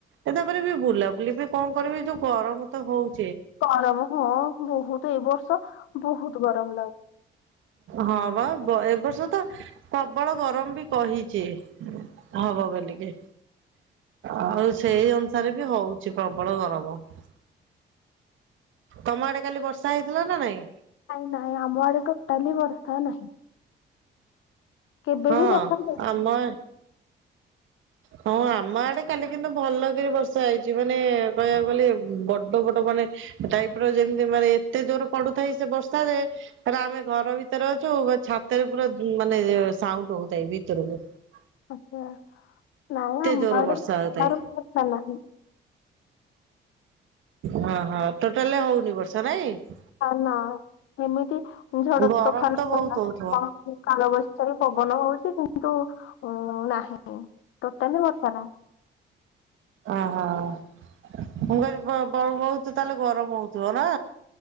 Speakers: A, on the right; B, on the left.
A: ଏ ତାପରେ ବି ବୁଲାବୁଲି ବି କଣ କରିବି ଏ ଯୋଉ ଗରମ ତ ହଉଛି
B: ଗରମ ହଁ। ବହୁତ ଏଇ ବର୍ଷ ଶୋ ବହୁତ ଗରମ ଲାଗୁ
A: ହଁ ବା ଏ ବର୍ଷ ତ ପ୍ରବଳ ଗରମ ବି କହିଛି। ହବ ବେଲିକି। ଆଉ ସେଇ ଅନୁସାରେ ବି ହଉଛି ପ୍ରବଳ ଗରମ । ତମ ଆଡେ କାଲି ବର୍ଷା ହେଇଥିଲା ନା ନାଇଁ?
B: ନାଇଁ ନାହିଁ ଆମ ଆଡ଼େ ଟୋଟାଲି ବର୍ଷା ନାହିଁ। କେବେ
A: ହଁ
B: ବି ବର୍ଷା ହେଇନି।
A: ଆମ ହଁ ଆମ ଆଡେ କାଲି କିନ୍ତୁ ଭଲକିରି ବର୍ଷା ହେଇଛି ମାନେ କହିବାକୁ ଗଲେ ବଡ ବଡ ମାନେ ଟାଇପ ର ଯେମିତି ମାନେ ଏତେ ଜୋର ପଡୁଥାଏ ସେ ବର୍ଷା ଯେ ଆମେ ଘର ଭିତରେ ଅଛୁ ବା ଛାତରେ ପୁରା ମାନେ ସାଉଣ୍ଡ ହଉଥାଏ ଭିତରକୁ ।
B: ଆଚ୍ଛା ନାଇଁ ଆମ
A: ଜୋର
B: ଆଡ଼େ
A: ବର୍ଷା
B: ବି
A: ହଉଥାଏ।
B: ଜୋରେ ବର୍ଷା ନାହିଁ।
A: ହଁ ହଁ ଟୋଟାଲ ହଉନି ବର୍ଷା ନାଇଁ ।
B: ଆ ନା ଏମିତି ଝଡ
A: ଗରମ
B: ତୋଫାନ
A: ତ
B: ହେଲା
A: ବହୁତ ହଉଥିବ।
B: କାଳ ବୈଶାଖୀ ପବନ ହଉଛି କି <inaudible> ନାହିଁ ତ କେନି ବୋଟସ ନା <unintelligible>
A: ଓହୋ ମୁ କହିଲି ବ ବହୁତ ତାହେଲେ ଗରମ ହଉଥିବ ନା?